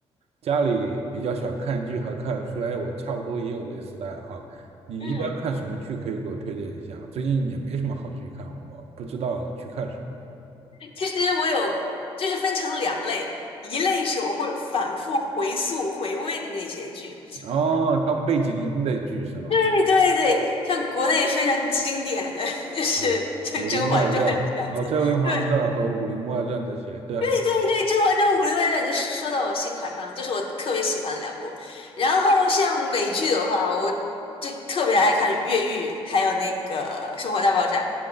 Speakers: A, on the right (about 65°); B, on the left (about 55°).
A: 家里比较喜欢看剧和看书，哎，我差不多也有类似的爱好。你一般看什么剧可以给我推荐一下吗最近也没什么好剧看，
B: 嗯。
A: 我不知道去看什么。
B: 其实我有，就是分成两类，一类是我会反复回溯回味的那些剧，
A: 哦，当背景音的剧是吗？
B: 对对对，像国内非常经典的，就是像《甄嬛传》这样子，
A: 武武林外传》，然后《甄嬛传》和《武林外传》这些，
B: 对对
A: 对。
B: 对对，《甄嬛传》《武林外传》，你就说到我心坎上了，就是我特别喜欢的两部。然后像美剧的话，我就特别爱看《越狱》，还有那个《生活大爆炸》，